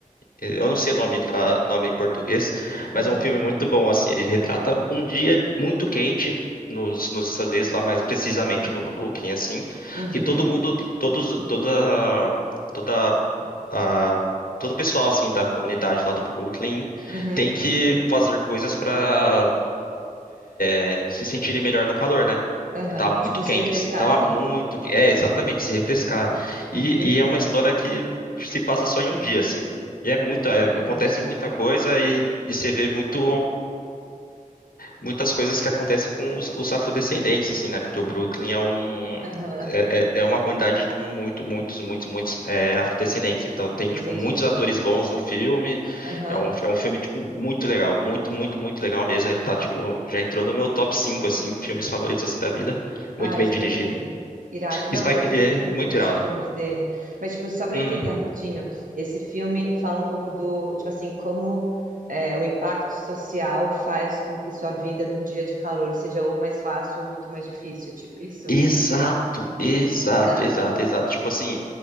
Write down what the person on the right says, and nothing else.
ah,
ah.
Uhum,
uhum,
aham.
Tipo, se
refrescar,
assim.
Uhum,
entendi.
Aham,
entendi.
Aham.
Ah,
Spike
Lee. Irado. Não,
eu, eu
curto
muito
os filmes dele. Mas, tipo, só para
entender rapidinho, esse filme fala um pouco do, tipo assim, como é, o impacto social faz com que sua vida num dia de calor seja ou mais fácil ou muito mais difícil. Tipo isso?
Tá.